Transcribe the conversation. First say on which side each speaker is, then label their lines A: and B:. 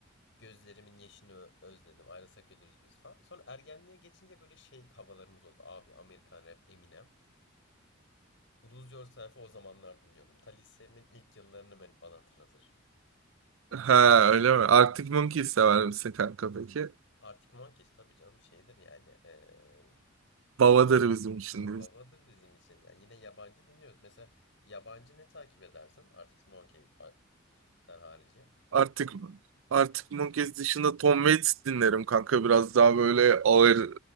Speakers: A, on the left; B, on the right.
A: gözlerimin yeşini ö- özledim ayrılsak ölürüz biz falan. Sonra ergenliğe geçince böyle şey havalarımız oldu. Abi Amerikan rap Eminem. Lose Yourself'ı o zamanlar dinliyordum. Ta lisemin ilk yıllarını beni bana hatırlatır.
B: Ha öyle mi? Arctic Monkeys sever misin kanka peki?
A: Arctic Monkeys tabii canım şeydir yani e,
B: Babadır
A: <laughs>
B: bizim için
A: babadır bizim için. Yani yine yabancı dinliyoruz. Mesela yabancı ne takip edersin? Arctic Monkey'den harici.
B: Artık artık Monkeys dışında Tom Waits dinlerim kanka biraz daha böyle ağır